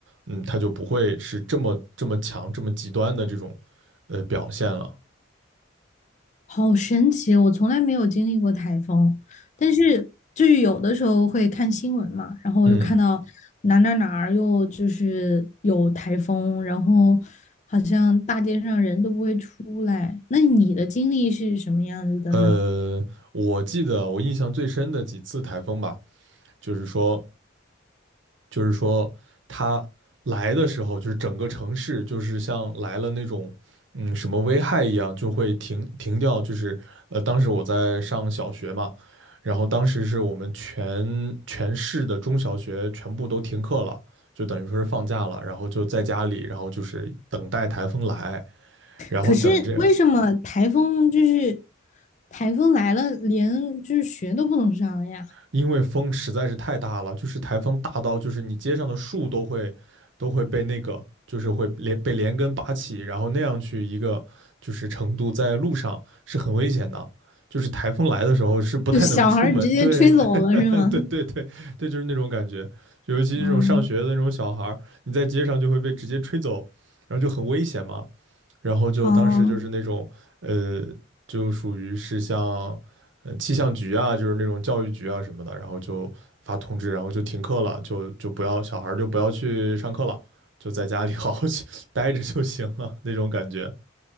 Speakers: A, on the right; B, on the left.
A: 嗯，它就不会是这么这么强、这么极端的这种呃表现了。
B: 好神奇，我从来没有经历过台风，但是就是有的时候会看新闻嘛，然后又看到哪哪哪儿又就是有台风，
A: 嗯，
B: 然后好像大街上人都不会出来。那你的经历是什么样子的呢？
A: 呃，我记得我印象最深的几次台风吧，就是说，就是说他来的时候，就是整个城市就是像来了那种嗯什么危害一样，就会停停掉。就是呃，当时我在上小学嘛，然后当时是我们全全市的中小学全部都停课了，就等于说是放假了，然后就在家里，然后就是等待台风来，然后等这
B: 可是为什么台风就是台风来了，连就是学都不能上了呀？
A: 因为风实在是太大了，就是台风大到就是你街上的树都会都会被那个就是会连被连根拔起，然后那样去一个就是程度，在路上是很危险的。就是台风来的时候是不太能出门，
B: 就小孩儿直接吹走了是吗？
A: 对对 <laughs> 对对对对，就是那种感觉，尤其这种上学的那种小孩儿，
B: 嗯，
A: 你在街上就会被直接吹走，然后就很危险嘛。然后就当时就是那种呃，
B: 哦
A: 就属于是像呃气象局啊，就是那种教育局啊什么的，然后就发通知，然后就停课了，就就不要小孩儿就不要去上课了，就在家里 <laughs> 好好去 <laughs> 待着就行了那种感觉。